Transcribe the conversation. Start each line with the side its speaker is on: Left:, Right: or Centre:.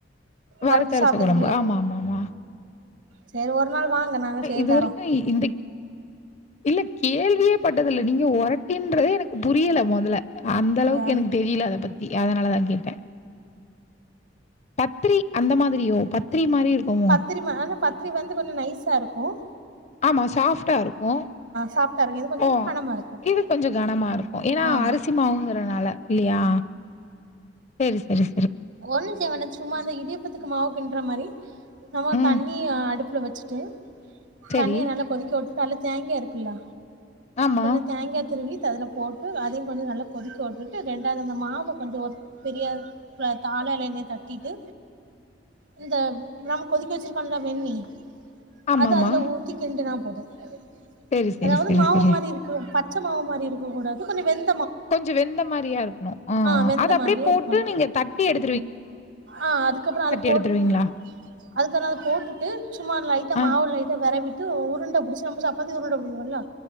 Left: வருத்தரச்ச
Right: ஒரட்டி சாப்ட்டது
Left: குழம்பா ஆமாமா மா
Right: செரி ஒரு நாள் வாங்க நாங்க செய்யதரோம்
Left: இதுவரைக்கும் இந்த இல்ல கேள்வியே பட்டதில்ல நீங்க ஒரட்டின்றதே எனக்கு புரியல மொதல்ல அந்த
Right: இல்லையா
Left: அளவுக்கு எனக்கு தெரியல அத பத்தி அதனாலதான் கேட்டேன் பத்ரி அந்த மாதிரியோ பத்திரி மாரி இருக்குமோ
Right: பத்திரி மா ஆனா பத்திரி வந்து கொஞ்ச நைஸாக இருக்கும்
Left: ஆமா ஷாப்டா இருக்கும்
Right: சாஃப்டா இருக்கு இது கொஞ்சோ
Left: ஓ
Right: கனமா இருக்கு
Left: இது கொஞ்ச கனமா இருக்கும் ஏனா
Right: ஆமா
Left: அரிசி மாவுங்கிறனால இல்லையா செரி செரி
Right: ஒன்னும் செய்வேனா சும்மா அந்த இடியப்பத்துக்கு மாவு பின்ற மாரி நம்ம
Left: ம்.
Right: தண்ணி <unintelligible> <unintelligible> வச்சிட்டேன்
Left: சரி.
Right: தண்ணிய நல்லா கொதிக்கவுட்டு <unintelligible> தேங்கா இருக்குல்ல
Left: ஆமா.
Right: கொஞ்சோ தேங்கா துருவி த்த அதுல போட்டு அதையு கொஞ்சோ நல்லா கொதிக்க உட்டுட்டு ரெண்டாவது அந்த மாவ கொஞ்சோ பெரிய <unintelligible> <unintelligible> தட்டிட்டு இந்த நம்ம கொதிக்க வச்சிருக்கோம்ல வெந்நீ
Left: ஆமாமா.
Right: அது அதுல ஊத்தி கிண்டுனம் <inaudible>
Left: சரி, சரி,
Right: அதாவ்து
Left: சரி,
Right: மாவு
Left: சரி.
Right: மாரி இருக்கு <unintelligible> பச்சமாவு மாரி இருக்கக் கூடாது கொஞ்சோ வெந்
Left: கொஞ்சோ வெந்த மாரியா இருக்கணோ ஆஹ
Right: ஆ வெந்த
Left: அத அப்டியே
Right: மாதிரியே
Left: போட்டு
Right: இருக்கணு
Left: நீங்க தட்டி எடு <unintelligible>
Right: ஆ அதுக்கப்புறோ அத போட்டு
Left: எடுத்துருவீங்களா?
Right: அதுக்கப்புறோ அத போட்டுட்டு சும்மா லைட்டா
Left: ஆ,
Right: மாவு லைட்டா தரவிட்டு உருண்ட புடிச்சு நம்ப சப்பாத்தியுருண்ட புடிப்போம்ல